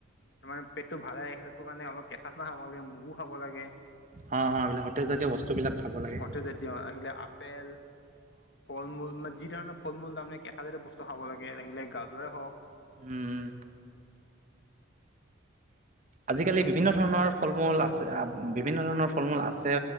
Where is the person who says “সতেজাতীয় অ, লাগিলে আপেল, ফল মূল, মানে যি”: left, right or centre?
Left